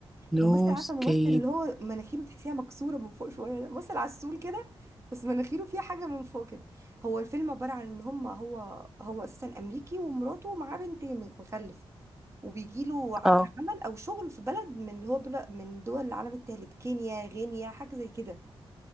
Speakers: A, in the centre; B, on the right.
A: نو
B: ممثل عارفه
A: سكيب
B: ممثل اللي هو مناخيره تحسيها مكسوره من فوق شويه ده ممثل عسول كده بس مناخيره فيها حاجه من فوق كده هو الفيلم عباره عن ان هم هو هو اساسا امريكي ومراته معاه بنتين مخلف وبيجي له عقد
A: اه
B: عمل او شغل في بلد من اللي هو بلد من دول العالم الثالث كينيا غينيا حاجه زي كده